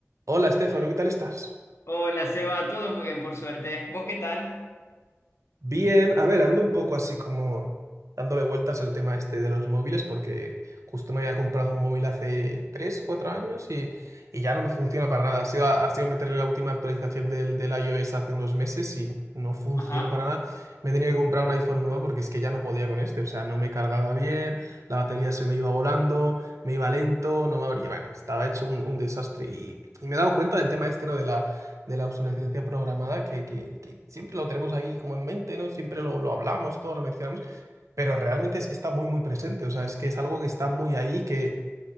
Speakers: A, on the right; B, on the left.
A: Hola, Estefano, ¿qué tal estás?
B: Hola, Seba, todo muy bien por suerte. ¿Vos qué tal?
A: Bien, a ver, ando un poco así como dándole vueltas al tema este de los móviles porque justo me había comprado un móvil hace 3, 4 años y, y ya no me funciona para nada. Ha sido, ha sido meterle la última actualización del, del iOS hace unos meses y no funciona
B: Ajá.
A: para nada. Me he tenido que comprar un iPhone nuevo porque es que ya no podía con este, o sea, no me cargaba bien, la batería se me iba volando, me iba lento, no me abría, bueno, estaba hecho un, un desastre y, y me he dado cuenta del tema este, ¿no? de la de la obsolescencia programada, que, que- que siempre lo tenemos ahí como en mente, ¿no? Siempre lo, lo hablamos, todo lo mencionamos, pero realmente es que está muy, muy presente, o sea, es que es algo que está muy ahí, que,